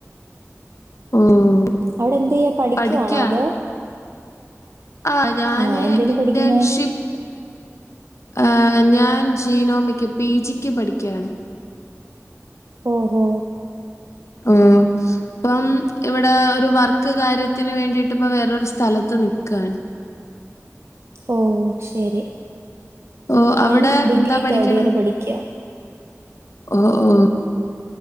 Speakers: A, on the left; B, on the right.
A: ഊം
B: അവിടെ എന്ത് ചെയ്യാ പഠിക്കുവാണോ
A: പഠിക്കാ
B: അതോ
A: ആഹ് ഞാന്
B: ആ എന്തിന്
A: ഇന്റേൺഷിപ്പ്
B: പഠിക്കുന്നേ
A: ഏഹ് ഞാൻ ജീനോമിക്ക് പി ജിക്ക് പഠിക്കാണ്
B: ഓഹോ
A: ഉം ഇപ്പം ഇവിടെ ഒരു വർക്ക് കാര്യത്തിന് വേണ്ടിട്ട് ഇപ്പ വേറരു സ്ഥലത്ത് നിൽക്കുവയാണ്
B: ഓഹ് ശരി
A: ഓ അവിടെ
B: ഞാൻ ഡിഗ്രി
A: എന്താ പഠിക്കണേ?
B: തേഡ് ഇയർ പഠിക്കുക
A: ഓ ഓ